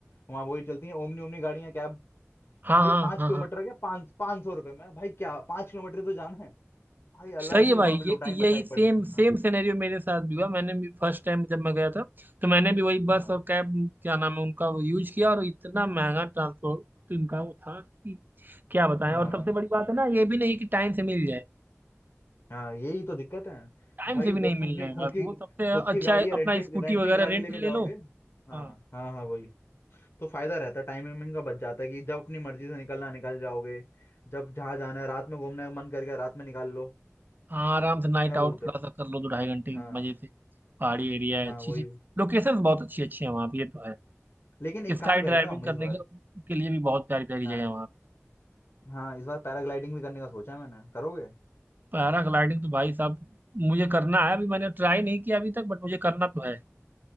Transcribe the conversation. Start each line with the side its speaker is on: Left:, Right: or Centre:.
Left: वहाँ वही चलती है ओमनी ओमनी गाड़ियाँ कैब
Right: हाँ
Left: भाई
Right: हाँ
Left: पाँच
Right: हाँ
Left: किलोमीटर
Right: हाँ
Left: के पाँच पाँच सौ रुपये में भाई क्या पाँच किलोमीटर तो जाना है भाई अलग
Right: सही है
Left: ही
Right: भाई
Left: वहाँ पे लुटाई
Right: ये यही
Left: मचाई
Right: सेम
Left: पड़ी है हाँ
Right: सेम सिनेरियो मेरे साथ भी हुआ मैंने भी फर्स्ट टाइम जब मैं गया था तो मैंने भी वही
Left: हाँ
Right: बस और कैब क्या नाम है उनका वो यूज किया और इतना महंगा ट्रांसपोर्ट इनका वो था कि क्या बताएं
Left: हाँ
Right: और सबसे बड़ी बात है ना ये भी नहीं कि टाइम से मिल जाए
Left: हाँ यही तो दिक्कत है
Right: टाइम
Left: भाई
Right: से भी नहीं
Left: तो तुम
Right: मिलने
Left: अपनी खुद
Right: का तो
Left: की
Right: वो सबसे
Left: खुद की
Right: अच्छा
Left: गाड़ी
Right: है
Left: या
Right: अपना
Left: रेंटेड
Right: स्कूटी
Left: रेंटेड
Right: वगैरह
Left: गाड़ी
Right: रेंट
Left: लेके
Right: ले
Left: जाओगे
Right: लो
Left: हाँ
Right: हाँ
Left: हाँ हाँ वही तो फायदा रहता है टाइम वाइमिंग का बच जाता है कि जब अपनी मर्जी से निकलना है, निकल जाओगे जब जहाँ जाना है रात में घूमने का मन करके रात में निकाल लो
Right: हाँ आराम से नाइट
Left: क्या
Right: आउट
Left: बोलते
Right: थोड़ा
Left: हो
Right: सा कर लो दो ढाई घंटे
Left: हाँ
Right: मजे से पहाड़ी एरिया है
Left: हाँ
Right: अच्छी
Left: वही
Right: अच्छी लोकेशंस बहुत अच्छी अच्छी है वहाँ पे ये तो है
Left: लेकिन एक
Right: स्काई
Left: काम
Right: ड्राइविंग
Left: करेंगे हम
Right: करने
Left: इस बार
Right: के, के लिए भी बहुत प्यारी प्यारी
Left: हाँ
Right: जगह है वहाँ पे
Left: हाँ इस बार पैराग्लाइडिंग भी करने का सोचा है मैंने करोगे <laughs>
Right: पैराग्लाइडिंग तो भाई साहब मुझे करना है अभी मैंने ट्राई नहीं किया अभी तक बट मुझे करना तो
Left: हम्म।
Right: है